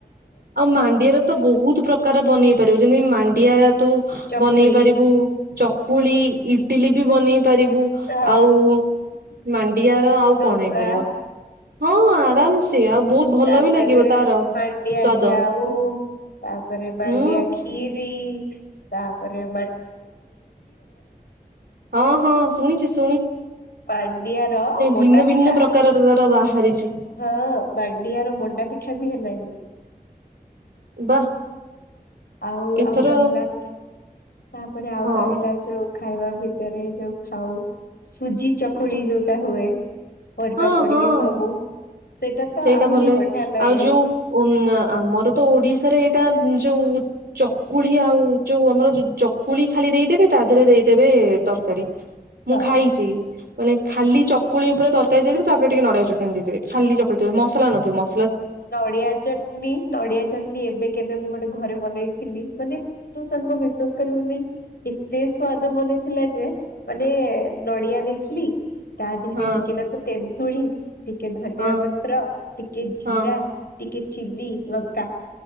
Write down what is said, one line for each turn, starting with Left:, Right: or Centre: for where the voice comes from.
Right: ଆଉ ମାଣ୍ଡିଆରେ ତ ବହୁତ ପ୍ରକାର ବନେଇ ପାରିବୁ, ଯେମିତି ମାଣ୍ଡିଆ ତୁ
Left: ଚକୁଳି
Right: ବନେଇ ପାରିବୁ ଚକୁଳି, ଇଟଲି ବି ବନେଇ ପାରିବୁ
Left: ଆ
Right: ଆଉ ମା ମାଣ୍ଡିଆ ର ଆଉ
Left: ଦୋସା
Right: କଣ ହେଇପାରିବ? ହଁ ଆରାମସ୍ ଆଉ ବହୁତ ଭଲ
Left: ତାପରେ
Right: ବି ଲାଗିବ ତାର
Left: ମାଣ୍ଡିଆ
Right: ସ୍ଵାଦ
Left: ଯାଉ ତାପରେ ମାଣ୍ଡିଆ
Right: ହୁଁ
Left: ଖିରି। ତାପରେ
Right: ହଁ ହଁ ଶୁଣିଛି ଶୁ
Left: ମାଣ୍ଡିଆର ମଣ୍ଡା
Right: ଭିନ୍ନ
Left: ପିଠା
Right: ଭିନ୍ନ ପ୍ରକାରର ତାର ବାହାରିଛି
Left: ହଁ ମାଣ୍ଡିଆର ମଣ୍ଡା ପିଠା। ବି ହେଲାଣି।
Right: ବା।
Left: ଆଉ
Right: ଏଥର
Left: ଆଉ ରହିଲା କି ତାପରେ ଆଉ
Right: ହଁ
Left: ରହିଲା ଯୋଉ ଖାଇବା ଭିତରେ ଯୋଉ ଖାଉ ସୁଜି ଚକୁଳି ଯୋଉଟା ହୁଏ। ପରିବା
Right: ହଁ
Left: ପଡିକି
Right: ହଁ
Left: ସବୁ। ତ
Right: ସେଇଟା
Left: ଆହୁରି
Right: ଭଲ
Left: ବଢିଆ ଲାଗେ
Right: ଆଉ ଯୋଉ ଉ ଆମର ତ ଓଡିଶାରେ ଏଇଟା ଯୋଉ ଚକୁଳି ଆଉ ଯୋଉ ଆମର ଚକୁଳି ଖାଲି ଦେଇଦେବେ ତା ଦେହରେ ଦେଇଦେବେ ତରକାରୀ। ମୁଁ
Left: ହଁ।
Right: ଖାଇଛି। ମାନେ ଖାଲି ଚକୁଳି ଉପରେ ତରକାରୀ ଦେଇଦେବେ ତାପରେ ଟିକେ ନଡିଆ ଚଟଣି ଦେଇଦେବେ ଖାଲି ଚକୁଳି ମସଲା ନଥିବ।
Left: ନଡିଆ ଚଟଣି ନଡିଆ ଚଟଣି ଏବେ କେବେ ମୁଁ ଗୋଟେ ଘରେ ବନେଇଥିଲି ମାନେ ତୁ ସାଙ୍ଗ ବିଶ୍ଵାସ କରିବୁନି ଏତେ ସ୍ଵାଦ ବନେଇଥିଲା ଯେ ମାନେ ନଡିଆ ନେଇଥିଲି ତା ଦେହରେ
Right: ହଁ
Left: ଟିକେ ନାକୁ ତେନ୍ତୁଳି। ଟିକେ ଧନ୍ୟଆ
Right: ହଁ
Left: ପତ୍ର ଟିକେ ଜି
Right: ହଁ
Left: ଟିକେ ଚିନି, ଲଙ୍କା